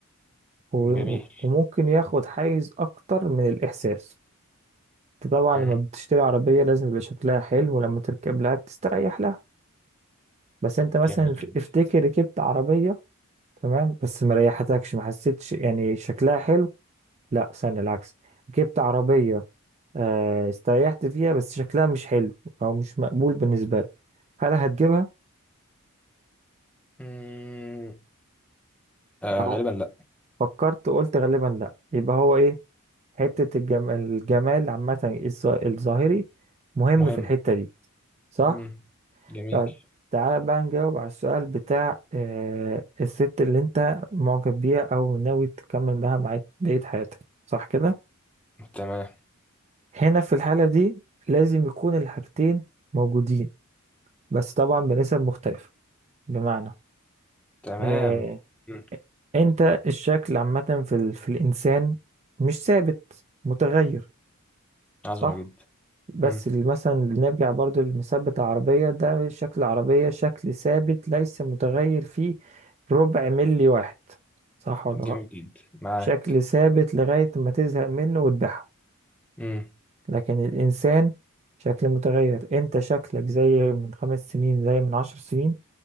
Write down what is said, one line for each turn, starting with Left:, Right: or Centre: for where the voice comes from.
Right: و-
Centre: جميل
Right: وممكن ياخد حيز أكتر من الإحساس أنت طبعا
Centre: مم.
Right: لما بتشتري عربية لازم يبقى شكلها حلو ولما تركب لها بتستريح لها بس انت مثلا
Centre: جميل
Right: ف-
Centre: جدا
Right: افتكر ركبت عربية تمام بس ما ريحتكش ما حسيتش يعني شكلها حلو لا استنى العكس ركبت عربية آه، استريحت فيها بس شكلها مش حلو او مش مقبول بالنسبة لك هل هتجيبها
Centre: مم. آه
Right: أو
Centre: غالبا لا
Right: فكرت قلت غالبا لا يبقى هو ايه حتة الجم... الجمال عامة الظ- الظاهري مهم
Centre: مهم
Right: في الحتة دي صح
Centre: مم. جميل
Right: طيب تعالى بقى نجاوب على السؤال بتاع آه الست اللي انت معجب بيها او ناوي تكمل معاها مع بقية حياتك صح كده
Centre: تمام
Right: هنا في الحالة دي لازم يكون الحاجتين موجودين بس طبعا بنسب مختلفة بمعنى
Centre: تمام
Right: آه
Centre: مم.
Right: انت الشكل عامة في, ال... في الانسان مش ثابت متغير
Centre: عظمة
Right: صح
Centre: جدا
Right: بس
Centre: مم.
Right: ال- مثلا نرجع برضو لمثبت العربية ده شكل العربية شكل ثابت ليس متغير فيه ربع ملي واحد صح ولا
Centre: جميل
Right: لا
Centre: جدا معاك
Right: شكل ثابت لغاية ما تزهق منه وتبيعها
Centre: مم.
Right: لكن الإنسان شكل متغير أنت شكلك زي من خمس سنين زي من عشر سنين